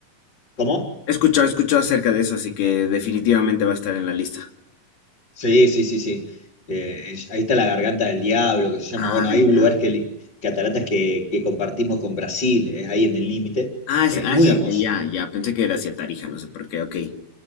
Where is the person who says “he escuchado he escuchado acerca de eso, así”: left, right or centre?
Left